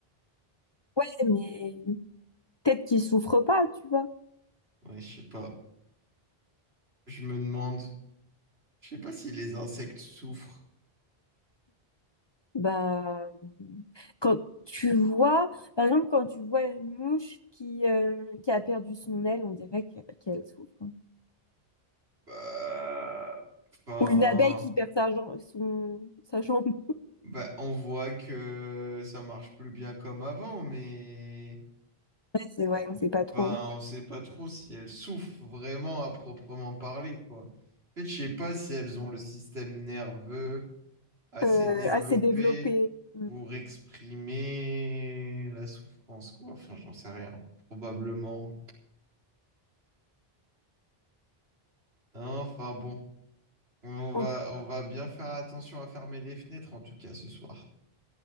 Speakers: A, on the left; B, on the right.
A: Ouais, mais peut-être qu'ils souffrent pas, tu vois.
B: Ouais, je sais pas. Je me demande. Je sais pas si les insectes souffrent.
A: Bah, quand tu vois, par exemple, quand tu vois une mouche qui, euh, qui a perdu son aile, on dirait que- qu'elle souffre. hein.
B: Bah, enfin,
A: Ou une abeille qui perd sa, jam- son, sa jambe.
B: bah, on voit que ça marche plus bien comme avant, mais
A: C'est ouais, on sait pas trop.
B: enfin, on sait pas trop si elles souffrent vraiment à proprement parler, quoi. En fait, je sais pas si elles ont le système nerveux assez
A: Euh,
B: développé
A: assez développé. Mm.
B: pour exprimer la souffrance, quoi. Enfin, j'en sais rien. Probablement. Hein, Enfin bon, on
A: On-
B: va, on va bien faire attention à fermer les fenêtres en tout cas ce soir.